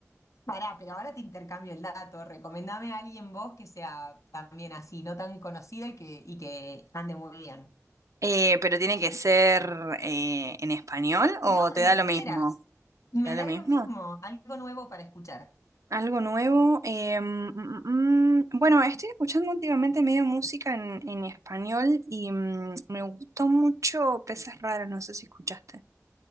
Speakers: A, on the left (about 70°); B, on the right (about 75°).
A: pará, pero ahora te intercambio el dato. Recomendame a alguien vos que sea también así, no tan conocido y que, y que ande muy bien.
B: Eh, pero tiene que ser eh, en español o
A: No,
B: te
A: de
B: da
A: lo que
B: lo
A: quieras.
B: mismo.
A: Me
B: ¿Te da lo
A: da
B: mismo?
A: lo mismo, algo nuevo para escuchar.
B: Algo nuevo. eh, mm, mm, mm, bueno, estoy escuchando últimamente medio música en, en español y mm, me gustó mucho Peces Raros, no sé si escuchaste.